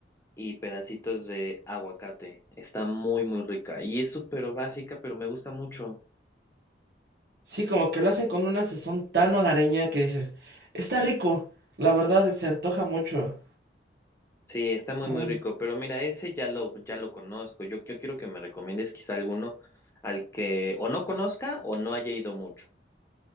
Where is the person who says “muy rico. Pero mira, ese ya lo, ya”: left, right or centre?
Left